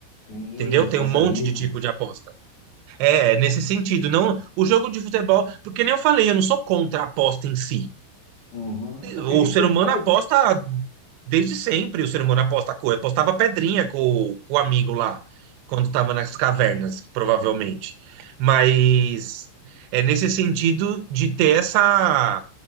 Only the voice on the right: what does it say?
entendeu?
Tem
um monte de tipo de aposta. É, é nesse sentido, não o jogo de futebol, porque nem eu falei, eu não sou contra a aposta em si.
O
ser
humano
aposta
desde sempre. O ser humano aposta a cor. Apostava pedrinha com, o- com o amigo lá, quando estava nas cavernas, provavelmente. Mas é nesse sentido de ter essa,